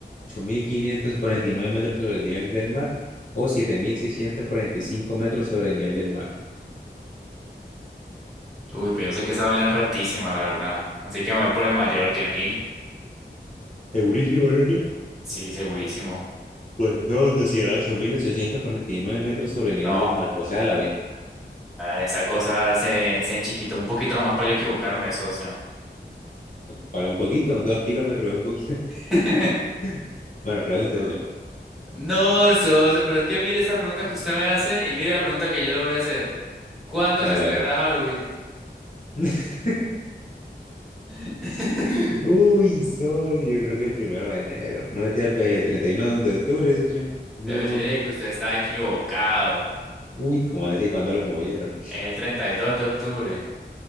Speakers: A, on the left; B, in the centre.
A: 8.549 metros sobre el nivel del mar o 7.645 metros sobre el nivel del mar.
B: Uy, pero yo sé que esa vaina es re altísima, la verdad. Así que me voy por el mayor, diez mil,
A: segurísimo, Noria.
B: Sí, segurísimo.
A: Pues no, sociedad 8.849 metros sobre el nivel
B: No,
A: del mar. O sea, a la vez.
B: esa cosa se, se enchiquitó un poquito nomás para yo equivocarme, socio.
A: Para un poquito, dos kilómetros, un poquito.
B: <laughs>
A: <laughs> Bueno, pregúntese.
B: No, No, socio, pero es que mire estas preguntas que usted me hace y mire la pregunta que yo le voy a hacer. ¿Cuándo se
A: A
B: celebra
A: la
B: Halloween?
A: vez.
B: <laughs>
A: <laughs> Uy, soy, yo creo que el primero de enero. No mentira, pues el 31 de octubre, socio. No.
B: Déjeme decirle que usted está equivocado.
A: Uy, ¿cómo así? ¿Cuándo lo movieron?
B: Es el 32 de octubre.